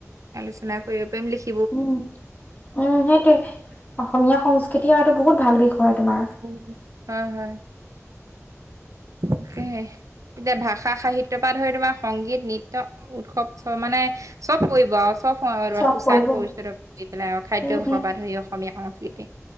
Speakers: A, on the right (about 75°); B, on the left (about 35°).
A: আলোচনা কৰিব পাৰিম লিখি-
B: উম উম সেইটোৱে অসমীয়া সংস্কৃতি আৰুটো বহুত ভাল বিষয় তোমাৰ-
A: উম হয় হয়। তাকে এতিয়া ভাষা সাহিত্যযৰ পৰা ধৰি তোমাৰ সংগীত, নৃত্য, উৎসৱ, চ মানে- চব পৰিব আৰু চব খ
B: চব
A: পোছাক
B: পৰিব
A: পৰিচন্ন ধৰি পেলাই আৰু
B: উম
A: খাদ্য ভ্যাসৰ পৰা ধৰি অসমীয়া সংস্কৃতি-